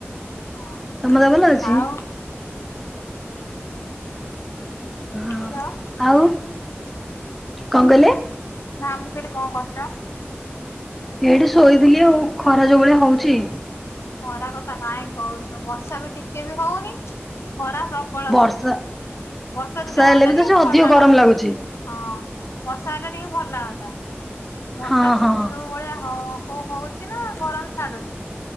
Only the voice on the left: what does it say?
ଓହୋ,
ଆଉ
ହ୍ୟାଲୋ
ନା, ମୁଁ କହିଲି କଣ କରୁଚ?
ଖରା କଥା କାହିଁ କହୁଚ? ବର୍ଷା ବି ଟିକେ ବି ହଉନି, ଖରା ପ୍ରବଳ
ହଉଚି। ବର୍ଷା ଯଦି
ହଅଁତା
ଟିକେ,
ଥଣ୍ଡା
ଲାଗନ୍ତା।
ହଁ, ବର୍ଷା ହେଲେ ଟିକେ ଭଲ ଲାଗନ୍ତା, ବର୍ଷାକୁ
ଯୋଉ ଭଳିଆ ହଉ ଓ ହଉଛି ନା, ଗରମ ଛାଡୁଚି?